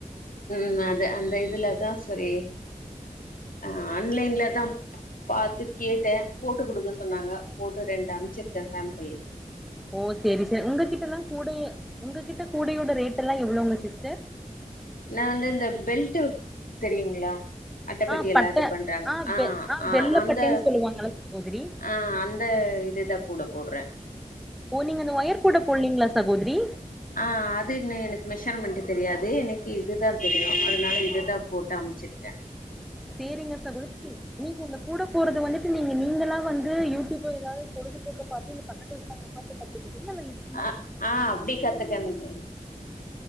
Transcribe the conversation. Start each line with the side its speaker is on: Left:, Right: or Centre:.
Left: ம் அது அந்த இதுல தா செரி ஆ அன்லைன்ல தா பாத்து கேட்ட போட்டு குடுக்க சொன்னாங்க போட்டு ரெண்டு அம்ச்சிர்க்க சாம்புள்
Centre: ஓ சேரி சே உங்ககிட்டல்லா கூடைய உங்ககிட்ட கூடையோட ரேட்டல்லா எவ்ளோங்க சிஸ்டர்
Left: நா வந்து இந்த பெல்ட்டு தெரியுங்ளா அட்ட பெட்டியால்லா
Centre: ஆ பட்ட
Left: இது பண்றாங்க ஆ
Centre: வெ
Left: ஆ
Centre: வெள்ள
Left: அந்த
Centre: பட்டைன்னு சொல்லுவாங்கல்ல சகோதரி
Left: ஆ அந்த இதுதா கூட போட்ற
Centre: ஓ நீங்க அந்த வயர் கூட போட்லீங்ளா சகோதிரி
Left: ஆ அது இன்ன எனக்கு மெஷர்மண்ட்டு தெரியாது எனக்கு இதுதா தெரியு அதனால இதுதா போட்டு அம்ச்சிருக்க
Centre: சேரிங்க சகோதிரி கி நீங்க இந்த கூட போறது வந்துட்டு நீங்க நீங்களா வந்து யூடியூபு எதாவ்து பொழுதுபோக்க பாத்து இந்த பக்கத்துலருக்கவ்ங்ள பாத்து கத்துக்கிட்டிங்லா இல்ல இது
Left: அ ஆ அப்டி கத்துக்கன்து